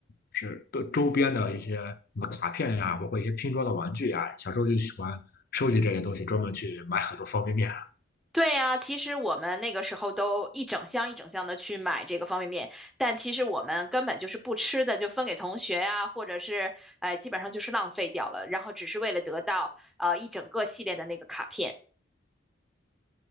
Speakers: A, on the left; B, in the centre.
A: 是周周边的一些什么卡片呀，包括一些拼装的玩具呀。小时候就喜欢收集这些东西，专门去买很多方便面。
B: 对呀，其实我们那个时候都一整箱一整箱的去买这个方便面，但其实我们根本就是不吃的，就分给同学呀、或者是呃，基本上就是浪费掉了，然后只是为了得到呃一整个系列的那个卡片。